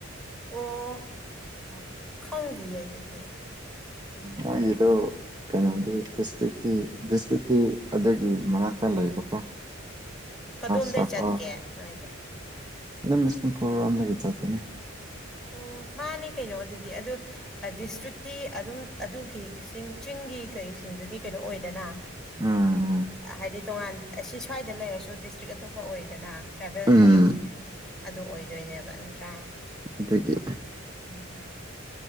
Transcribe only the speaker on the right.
ꯃꯣꯏꯒꯤꯗꯣ ꯀꯩꯅꯣꯗꯤ ꯗꯤꯁꯇ꯭ꯔ ꯇꯤ ꯗꯤꯁꯇ꯭ꯔꯤꯛꯇꯤ ꯑꯗꯨꯒꯤ ꯃꯅꯥꯛꯇ ꯂꯩꯕꯀꯣ
ꯁꯔꯀ
ꯑꯗꯨꯝ ꯕꯤꯁꯅꯨꯄꯨꯔ ꯔꯣꯝꯗꯒꯤ ꯆꯠꯄꯅꯤ꯫
ꯎꯝ
ꯎꯝ
ꯑꯗꯒꯤ